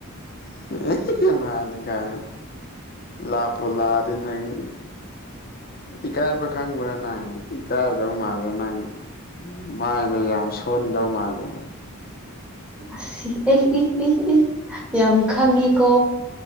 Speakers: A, on the left; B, in the centre.
A: <unintelligible> ꯃꯥꯅꯤ ꯀꯥꯏꯅ ꯂꯥꯛꯄꯨ ꯂꯥꯛꯑꯗꯤ ꯅꯩ ꯏꯀꯥꯏꯕ ꯈꯥꯡꯕ꯭ꯔ ꯅꯪ ꯏꯀꯥꯏ ꯗꯧ ꯃꯥꯜꯂꯦ ꯅꯪ ꯃꯥꯏꯗꯣ ꯌꯥꯝ ꯁꯣꯟꯗꯧ ꯃꯥꯜꯂꯦ
B: ꯑꯁꯤ ꯑꯩ ꯑꯦ ꯏ ꯏ ꯌꯥꯝ ꯈꯪꯉꯤꯀꯣ